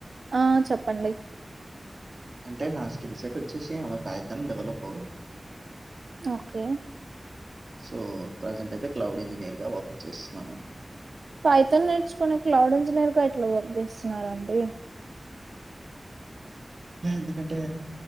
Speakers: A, on the right; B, on the right.
A: ఆ చెప్పండి
B: అంటే నా స్కిల్ సెట్ వచ్చేసి I'm Python developer
A: okay
B: so present అయితే క్లౌడ్ ఇంజనీయర్ గా వర్క్ చేస్తున్నాను
A: పైథాన్ నేర్చుకోని క్లౌడ్ ఇంజనీర్ గా ఎట్లా వర్క్ చేస్తున్నారండి
B: ఎందుకంటే